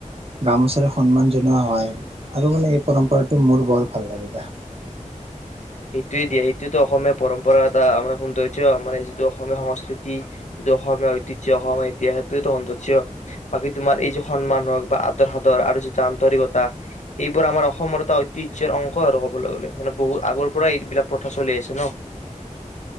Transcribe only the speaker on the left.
সেইটোৱে দিয়া সেইটোৱেটো অসমীয়া পৰম্পৰা এটা আমাৰ সৌন্দৰ্য্য আমাৰ যিটো অসমীয়া সংস্কৃতি যিটো অসমীয়া ঐতিহ্য অসমীয়া ইতিহাস সেইটোৱেই তো সৌন্দৰ্য্য, বাকী তোমাৰ এই যে সন্মান হওক বা আদৰ সাদৰ, আৰু যিটো আন্তৰিকতা সেইবোৰ আমাৰ অসমৰ এটা ঐতিহ্যৰ অংশ আৰু ক'বলৈ গ'লে মানে বহুত আগৰ। পৰাই এইবিলাক প্ৰথা চলি আছে ন।